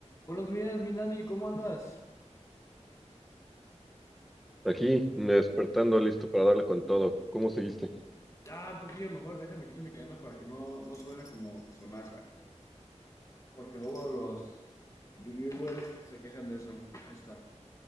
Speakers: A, on the left; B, in the centre.
A: Buenos días, mi Dani, ¿cómo andas?
B: Aquí, despertando, listo para darle con todo. ¿Cómo seguiste?
A: Ah, un poquillo mejor, déjame quito mi cadena para que no, no suene como sonaja, porque luego los reviewers se quejan de eso. Ahí está.